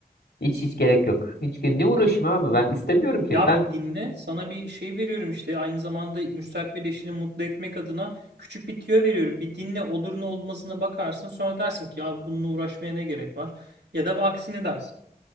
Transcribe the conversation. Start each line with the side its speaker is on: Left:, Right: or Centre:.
Left: Hiç hiç gerek yok. Hiç ge- ne uğraşayım abi ben istemiyorum ki.
Right: Ya
Left: Ben
Right: bir dinle, sana bir şey veriyorum işte aynı zamanda müstakbel eşini mutlu etmek adına küçük bir tüyo veriyorum. Bir dinle olur ne olmasına bakarsın sonra dersin ki ya bununla uğraşmaya ne gerek var? Ya da aksini dersin.